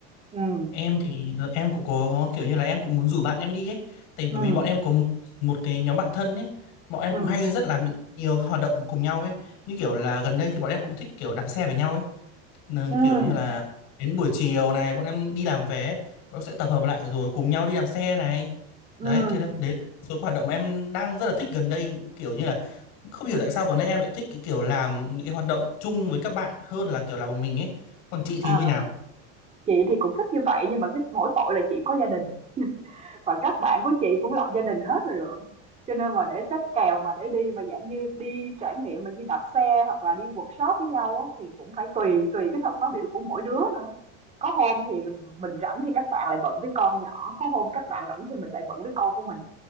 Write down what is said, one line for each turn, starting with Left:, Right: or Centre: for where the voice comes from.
Right: Ừm,
Left: em thì ờ, em cũng có kiểu như là em cũng muốn rủ bạn em đi ấy tại bởi
Right: ừm,
Left: vì bọn em có m- một cái nhóm bạn thân ấy bọn em
Right: ừm,
Left: cũng hay rất làm những nhiều hoạt động cùng nhau ấy như kiểu là gần đây thì bọn em cũng thích kiểu đạp xe với nhau ấy Nên
Right: ừm,
Left: kiểu như là đến buổi chiều này bọn em đi làm về bọn em sẽ tập hợp lại rồi cùng nhau đi làm xe này
Right: ừm.
Left: đấy thế nên đấy là một số hoạt động em đang rất là thích gần đây kiểu như là không hiểu tại sao gần đây em lại thích cái kiểu làm những cái hoạt động chung với các bạn hơn là kiểu làm một mình ấy còn chị
Right: Ờ,
Left: thì như nào
Right: chị thì cũng thích như vậy nhưng mà cái mỗi tội là chị có gia đình. và các bạn của chị cũng lập gia đình hết rồi Lượng. Cho nên mà để xách kèo mà để đi mà dạng như đi trải nghiệm mà như đạp xe hoặc là đi workshop với nhau á, thì cũng phải tùy tùy cái thời khóa biểu của mỗi đứa nữa. Có hôm thì mình rảnh thì các bạn lại bận với con nhỏ, có hôm các bạn rảnh thì mình lại bận với con của mình.